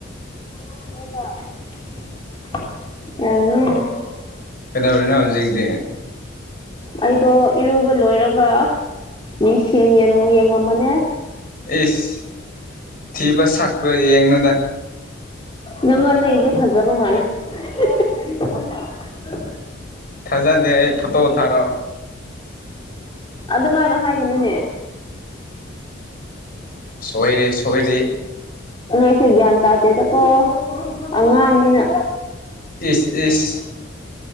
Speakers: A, on the left; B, on the left.
A: <unintelligible>
B: ꯀꯗꯧꯔꯤꯅꯣ ꯍꯨꯖꯤꯛꯗꯤ
A: ꯑꯩꯗꯣ ꯏꯔꯨꯕ ꯂꯣꯏꯔꯒ <unintelligible>
B: ꯏ꯭ꯁ ꯊꯤꯕ ꯁꯛꯇꯣ ꯌꯦꯡꯅꯨꯗ
A: ꯅꯪꯉꯣꯟꯗꯩꯩꯗꯤ ꯐꯖꯕ ꯃꯥꯜꯂꯦ <unintelligible>
B: ꯊꯥꯖꯗꯦ ꯑꯩ ꯐꯣꯇꯣ ꯊꯥꯔꯛꯑꯣ
A: ꯑꯗꯨꯃꯥꯏꯅ ꯍꯥꯏꯒꯅꯨꯅꯦ
B: ꯁꯣꯏꯔꯦ ꯁꯣꯏꯔꯦ
A: <unintelligible> ꯒꯌ꯭ꯥꯟ ꯇꯥꯗꯦꯗꯀꯣ ꯑꯉꯥꯡꯅꯤꯅ
B: ꯏ꯭ꯁ ꯏ꯭ꯁ